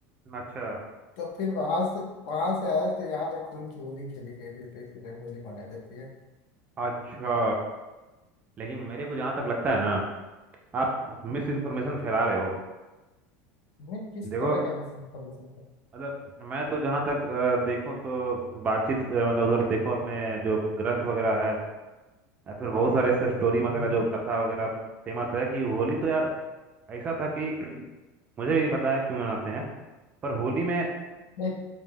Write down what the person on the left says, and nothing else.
तो फिर वहां से वहां से आए तो यहाँ पे खून की होली खेली गई थी तो इसीलिए होली मनाई जाती है
हम्म,
मैं किस
तरह का मिस इन्फॉर्मेशन था
हम्म,
नहीं